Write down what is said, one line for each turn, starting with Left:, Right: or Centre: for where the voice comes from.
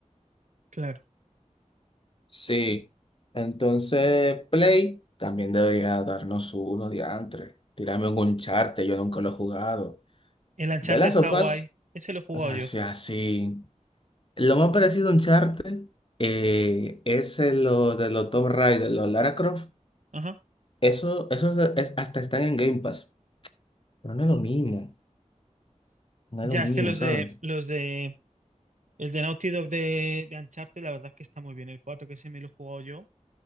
Right: claro.
Left: Sí, entonces Play también debería darnos uno diantre. Tirarme un Uncharted, yo nunca lo he jugado.
Right: El Uncharted
Left: De las
Right: está
Left: sofás,
Right: guay. Ese lo he jugado
Left: o sea,
Right: yo.
Left: sí. así Lo más parecido a Uncharted eh, es el- lo de los Tomb Raider, los Lara Croft.
Right: Ajá.
Left: Eso, eso es- es- hasta están en Game Pass. Pero no es lo mismo, no
Right: Ya,
Left: es lo mismo,
Right: es que los
Left: ¿sabes?
Right: de los de el de Naughty Dog de, de Uncharted, la verdad es que está muy bien. El 4 que se me lo he jugado yo